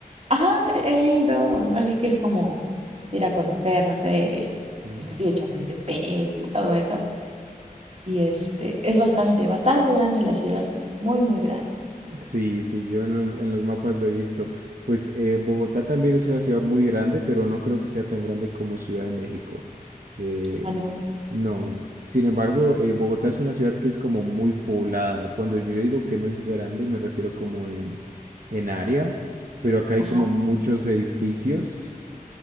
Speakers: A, on the right (about 45°); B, on the right (about 65°).
A: Ajá, he he ido. Así que es como ir a conocer, no sé, el,
B: Mm.
A: el castillo de Chapultepec y todo eso. Y este, es bastante, bastante grande la ciudad. Muy, muy grande.
B: Sí, sí, yo en los, en los mapas lo he visto. Pues eh, Bogotá también es una ciudad muy grande, pero no creo que sea tan grande como Ciudad de México. Eh,
A: Ah, no.
B: no. Sin embargo, eh, Bogotá es una ciudad que es como muy poblada. Cuando yo digo que no es grande, me refiero como en, en área, pero acá hay
A: Ajá.
B: como muchos edificios